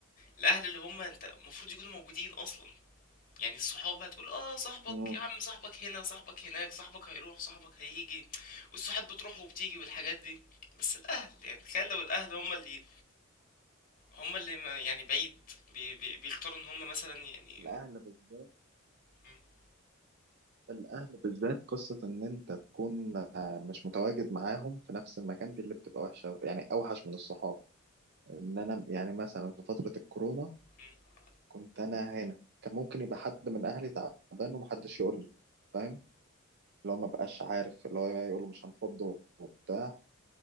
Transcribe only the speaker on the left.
الاهل اللي هم انت المفروض يكونوا موجودين اصلا يعني الصحاب هتقول اه صاحبك
يا عم صاحبك هنا صاحبك هناك صاحبك هيروح صاحبك هيجي والصحاب بتروح وبتيجي والحاجات دي بس الاهل يعني تخيل لو الاهل هم اللي هم اللي ما- يعني بعيد بي بي بيختاروا ان هم مثلا يعني
م-
م-